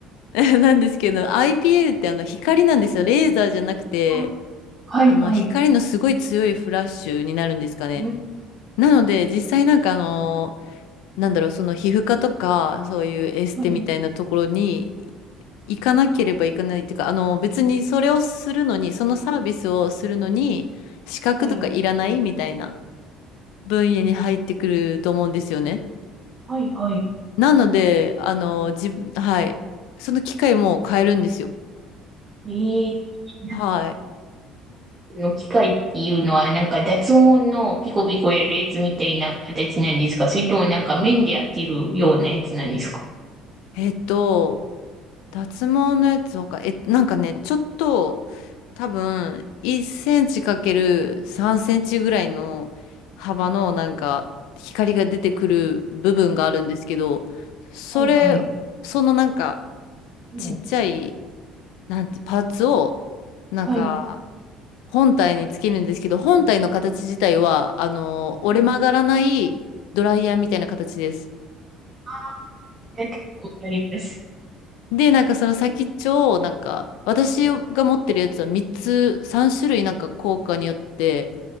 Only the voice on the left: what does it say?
<laughs> なんですけど、IPL ってあの、光なんですよ。レーザーじゃなくて、
あの、
光のすごい強いフラッシュになるんですかね。
なので、実際なんかあの、なんだろう、その皮膚科とか、そういうエステみたいなところに
行かなければいけないっていうか、あの、別にそれをするのに、そのサービスをするのに、資格とかいらないみたいな
分野に入ってくると思うんですよね。
なので、あの、自分、はい。その機械も変えるんですよ。
はい。
えっと、脱毛のやつわか、え、なんかね、ちょっと、多分、1センチかける3センチぐらいの幅の、なんか、光が出てくる部分があるんですけど、それ、
そのなんか、
ちっちゃい、なんて、パーツを、なんか、
本体につけるんですけど、本体の形自体は、あの、折れ曲がらないドライヤーみたいな形です。
で、なんかその先っちょを、なんか、私が持ってるやつは3つ、
3種類なんか効果によって